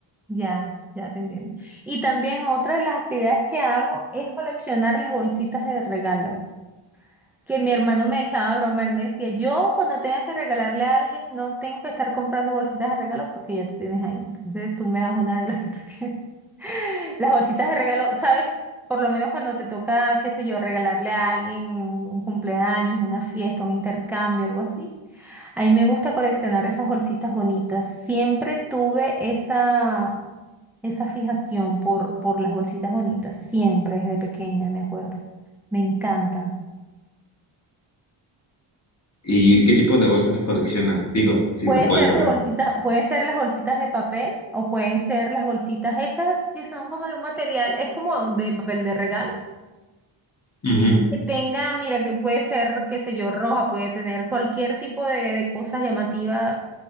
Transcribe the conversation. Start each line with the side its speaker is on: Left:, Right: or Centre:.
Centre: Ya, ya te entiendo. Y también otra de las actividades que hago es coleccionar las bolsitas de regalo. que mi hermano me echaba broma, él me decía, yo cuando tenga que regalarle a alguien, no tengo que estar comprando bolsitas de regalo porque ya tú tienes ahí. Entonces tú me das una de las que tú tienes. <laughs> Las bolsitas de regalo, ¿sabes? Por lo menos cuando te toca, qué sé yo, regalarle a alguien un cumpleaños, una fiesta, un intercambio, algo así. A mí me gusta coleccionar esas bolsitas bonitas. Siempre tuve esa, esa fijación por, por las bolsitas bonitas, siempre desde pequeña, me acuerdo. Me encantan.
Left: ¿Y qué tipo de bolsas coleccionas? Digo, si
Centre: Puede
Left: se puede
Centre: ser
Left: saber.
Centre: las bolsitas, puede ser las bolsitas de papel o pueden ser las bolsitas esas que son como de un material, es como de papel de regalo,
Left: Ujú.
Centre: que tenga, mira, que puede ser, qué sé yo, roja, puede tener cualquier tipo de, de cosa llamativa